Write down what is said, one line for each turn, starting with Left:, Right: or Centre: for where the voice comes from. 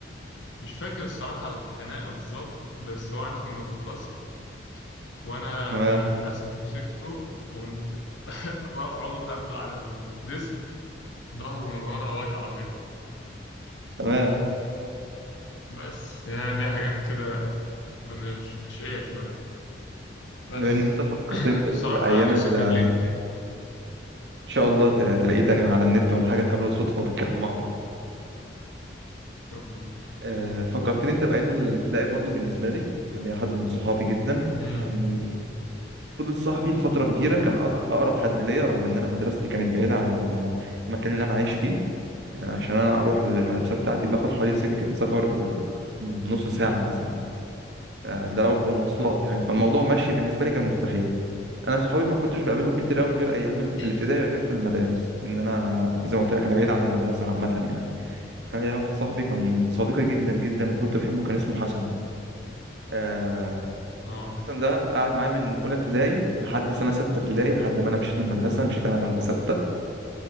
Left: مش فاكر الصراحة الخناقة بالظبط بس واحنا كنا في الفصل وانا
Right: تمام
Left: للاسف مسكته قمت <laughs> رافعه هبده على الديسك ظهره من ورا وجعه كده
Right: تمام
Left: بس يعني دي حاجات كده كنا ش- اشقية شوية
Right: بما
Left: بس
Right: ان انت فكرتني
Left: <clears throat>
Right: بالايام
Left: الصراحة نفسي
Right: اللي
Left: اكلمه تاني
Right: ان شاء الله ت- تلاقيه تاني على النت ولا حاجه تقابله صدفه وتتكلموا مع بعض
Left: شكرا
Right: آه، فكرتني انت بايام الابتدائي برضو بالنسبه لي كان ليا حد من صحابي جدا
Left: امم
Right: يعني فضل صاحبي لفتره كبيره كان أق- اقرب حد ليا رغم ان انا مدرستي كانت بعيده عن ال- المكان اللي انا عايش فيه يعني عشان انا اروح للمدرسه بتاعتي باخد حوالي سكه سفر نص ساعه مثلا آه، ده لو بمواصلات
Left: امم
Right: يعني فالموضوع ماشي بالنسبه لي كان مستحيل انا صحابي ما كنتش بقابلهم كتير قوي غير ايام ال-
Left: <clears throat>
Right: في الابتدائي غير في المدارس ان انا زي ما قلت لك انا بعيد عن المدرسه عامه يعني كان ليا واحد صاحبي كان صديقي جدا جدا وكنت بحبه كان اسمه حسن آه،
Left: اه
Right: حسن ده قعد معايا من اولى ابتدائي لحد سنه سته ابتدائي لحد ما انا مشيت من المدرسه مشيت انا بعد سته